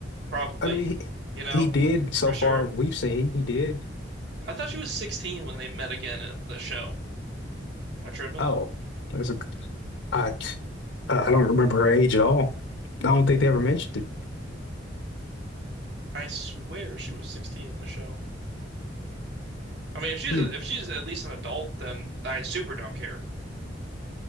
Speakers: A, on the right (about 65°); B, on the left (about 80°).
A: Probably.
B: I mean, he,
A: You know,
B: he did so
A: for
B: far.
A: sure.
B: We've seen he did.
A: I thought she was 16 when they met again in the show. Am I tripping?
B: Oh, that's a. I I don't remember her age at all. I don't think they ever mentioned it.
A: I swear she was 16 in the show. I mean, if she's
B: Hmm.
A: if she's at least an adult, then I super don't care.